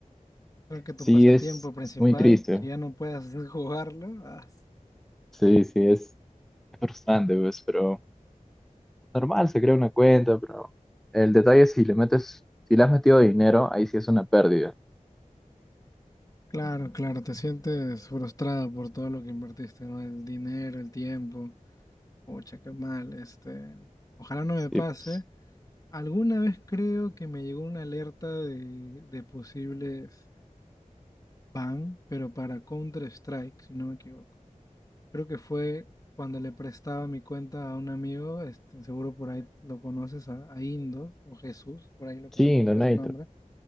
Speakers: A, on the left; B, in the centre.
A: Creo que tu
B: Sí,
A: pasatiempo
B: es,
A: principal,
B: es muy triste.
A: que ya no puedas hacer <laughs> jugarlo. ah, s-
B: Sí, sí, es frustrante, pues, pero normal, se crea una cuenta, pero el detalle es si le metes, si le has metido dinero, ahí sí es una pérdida.
A: Claro, claro, te sientes frustrado por todo lo que invertiste, ¿no? El dinero, el tiempo. Pucha, qué mal, este. Ojalá no
B: Sí,
A: me pase.
B: pues.
A: Alguna vez creo que me llegó una alerta de, de posibles. Ban, pero para Counter-Strike, si no me equivoco. Creo que fue cuando le prestaba mi cuenta a un amigo, este, seguro por ahí lo conoces, a, a Indo o Jesús, por ahí lo
B: Sí,
A: conoces
B: Donato.
A: con ese nombre.